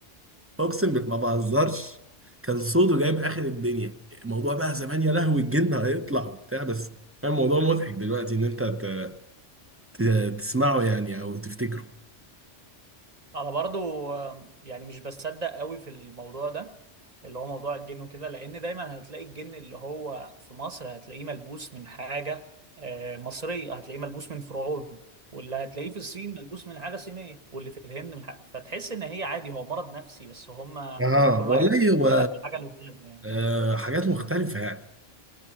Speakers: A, on the right; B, on the right.
A: اقسم بالله ما بهزرش كان صوته جايب اخر الدنيا الموضوع بقى زمان يا لهوي الجن هيطلع وبتاع بس كان الموضوع مضحك دلوقتي ان انت ت- ت- تسمعه يعني او تفتكره
B: انا برضو آه، يعني مش بصدق قوي في الموضوع ده اللي هو موضوع الجن وكده لان دايما هتلاقي الجن اللي هو في مصر هتلاقيه ملبوس من حاجة آه، مصرية هتلاقيه ملبوس من فرعون واللي هتلاقيه في الصين ملبوس من حاجة صينية واللي في الهند من حاجة فتحس ان هي عادي هو مرض نفسي بس هم
A: اه
B: كل
A: والله
B: واحد بيتعلق
A: هو
B: بالحاجة اللي في دماغه يعني
A: آه حاجات مختلفة يعني